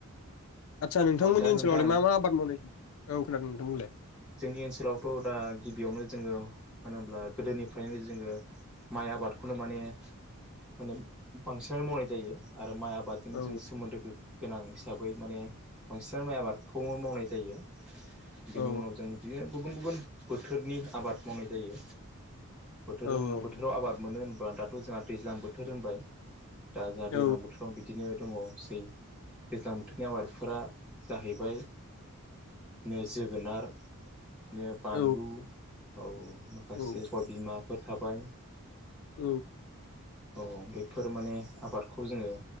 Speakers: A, on the left; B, in the centre.
A: आदसा नोंथांनि
B: दा
A: ओनसोलावलाय
B: नोंथां
A: मा मा आबाद मावनाय औ खोनादों नोंथां बुंलाय।
B: जोंनि ओनसोलावथ' दा गिबियावनो जोङो मानो होनोम्ला गोदोनिफ्रायनो जोङो माइ आबादखौनो माने माने बांसिनानो मावनाय जायो आरो माइ आबाद आबादजोंनो
A: औ
B: जों सोमोन्दोगो गोनां हिसाबै माने बांसिनानो माइ आबादखौ मावनाय जायो। बिनि
A: औ
B: उनाव जों बिदिनो गुबुन गुबुन बोथोरनि आबाद मावनाय जायो। बोथोर
A: औ
B: होन
A: औ औ।
B: बोथोराव आबाद मोनो दाथ' जोंहा दैज्लां बोथोर होनबाय दा जोंहा
A: औ
B: दैजलां बोथोराव बिदिनो दङ सै दैज्लां बोथोरनि आबादफोरा जाहैबाय बिदिनो जोगोनार बिदिनो बानलु
A: औ
B: औ माखासे
A: औ
B: सबिमा थाबाय
A: औ
B: औ बेफोर माने आबादखौ जोङो